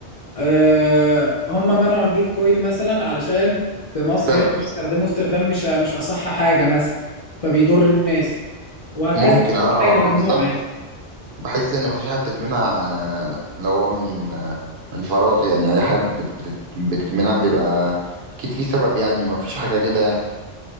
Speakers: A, on the left; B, on the right.
A: آه، هم منعوا البيتكوين مثلا علشان في مصر
B: سبب
A: هنا بيستخدموه استخدام مش مش اصح حاجه مثلا فبيضر الناس وهكذا
B: ممكن اه
A: حاجه ممنوعه
B: هو بالظبط
A: يعني
B: بحس ان مفيش حاجه بتتمنع آه، لو هو من آه، من فراغ يعني اي حاجه بت- بت- بتتمنع بيبقى اكيد في سبب يعني مفيش حاجه كده يعني